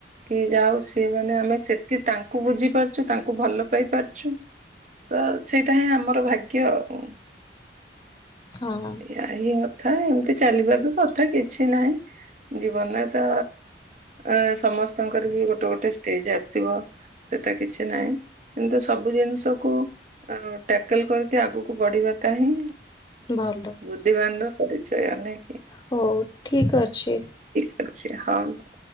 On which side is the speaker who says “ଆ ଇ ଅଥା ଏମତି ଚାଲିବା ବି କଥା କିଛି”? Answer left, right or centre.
Right